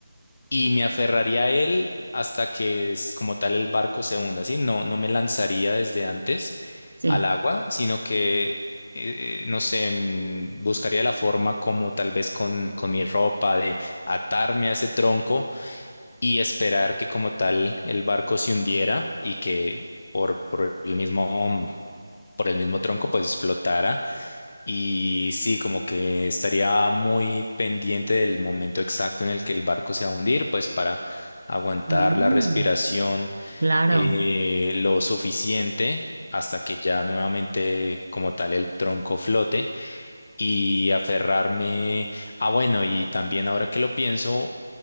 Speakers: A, on the left; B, on the right.
A: y me aferraría a él hasta que es como tal el barco se hunda, ¿sí? No, no me lanzaría desde antes
B: sí.
A: al agua, sino que, eh, no sé, mm, buscaría la forma como tal vez con, con mi ropa de atarme a ese tronco y esperar que como tal el barco se hundiera y que por, por el mismo, por el mismo tronco pues flotara y sí, como que estaría muy pendiente del momento exacto en el que el barco se va a hundir, pues para aguantar
B: Ah,
A: la respiración
B: claro.
A: eh, lo suficiente hasta que ya nuevamente como tal el tronco flote y aferrarme. Ah, bueno, y también ahora que lo pienso,